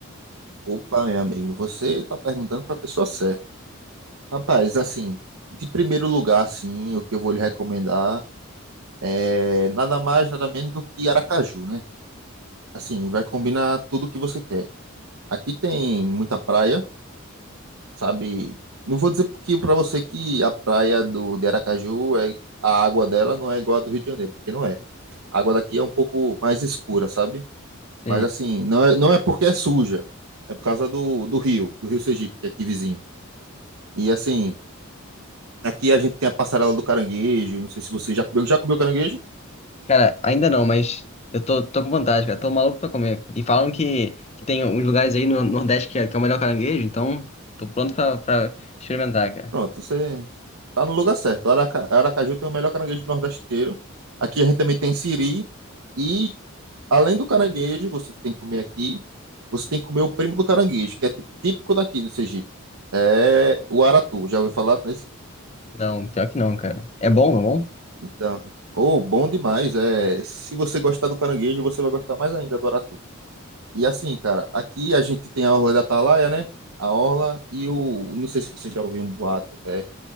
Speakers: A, on the right; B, on the left.
A: Opa, meu amigo, você tá perguntando pra pessoa certa. Rapaz, assim, de primeiro lugar, assim, o que eu vou lhe recomendar é nada mais, nada menos do que Aracaju, né? Assim, vai combinar tudo o que você quer. Aqui tem muita praia, sabe? Não vou dizer porque pra você que a praia do, de Aracaju, é, a água dela não é igual a do Rio de Janeiro, porque não é. A água daqui é um pouco mais escura, sabe?
B: Sim.
A: Mas assim, não é, não é porque é suja, é por causa do, do rio, do rio Sergipe, que é aqui vizinho. E assim, aqui a gente tem a passarela do caranguejo, não sei se você já comeu, já comeu caranguejo?
B: Cara, ainda não, mas eu tô, tô com vontade, cara. Tô maluco pra comer. E falam que, que tem uns lugares aí no Nordeste que é, que é o melhor caranguejo, então tô pronto pra, pra experimentar, cara.
A: Pronto, você tá no lugar certo. Araca, Aracaju tem o melhor caranguejo do Nordeste inteiro. Aqui a gente também tem siri e além do caranguejo, você tem que comer aqui, você tem que comer o primo do caranguejo, que é tipo- típico daqui do Sergipe. É o aratu, já ouviu falar nesse?
B: Não, pior que não, cara. É bom, é bom?
A: Então, oh, bom demais. É, se você gostar do caranguejo, você vai gostar mais ainda do aratu. E assim, cara, aqui a gente tem a Orla da Atalaia, né? A Orla e o. Não sei se você já ouviu um boato até,